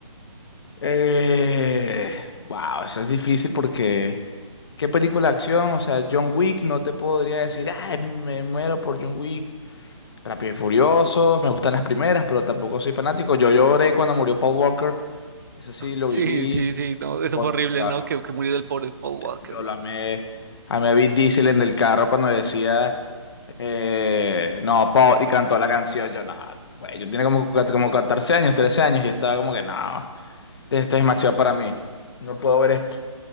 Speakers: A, on the left (about 55°); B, on the right (about 40°).
A: Eh, wow, esa es difícil porque. ¿Qué película de acción? O sea, John Wick, no te podría decir, ay, me me muero por John Wick. Rápido y Furiosos, me gustan las primeras, pero tampoco soy fanático. Yo lloré cuando murió Paul Walker, eso sí lo
B: Sí,
A: viví,
B: sí, sí, no, eso
A: porque
B: fue horrible,
A: yo,
B: ¿no?
A: nah,
B: Que, que muriera el pobre Paul Walker,
A: yo
B: ¿no?
A: lo amé, amé a Vin Diesel en el carro cuando decía, eh, no, Paul, y cantó la canción, yo no, güey, yo tenía como, como 14 años, 13 años, y estaba como que no, esto es demasiado para mí, no puedo ver esto.